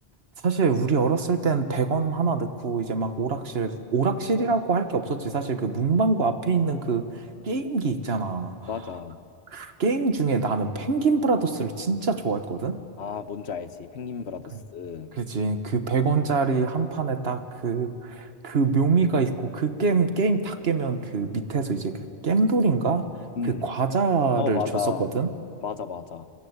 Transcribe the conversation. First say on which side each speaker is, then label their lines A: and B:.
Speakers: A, on the right (about 65°); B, on the left (about 75°).
A: 사실 우리 어렸을 땐 100원 하나 넣고 이제 막 오락실, 오락실이라고 할 게 없었지. 사실 그 문방구 앞에 있는 그 게임기 있잖아.
B: 맞아.
A: 그 게임 중에 나는 펭귄 브라더스를 진짜 좋아했거든?
B: 아, 뭔지 알지. 펭귄 브라더스.
A: 그- 그지. 그 100원짜리 한 판에 딱 그, 그 묘미가 있고 그 게임, 게임 다 깨면 그 밑에서 이제 그 겜돌인가?
B: 음,
A: 그 과자를
B: 어, 맞아.
A: 줬었거든?
B: 맞아, 맞아.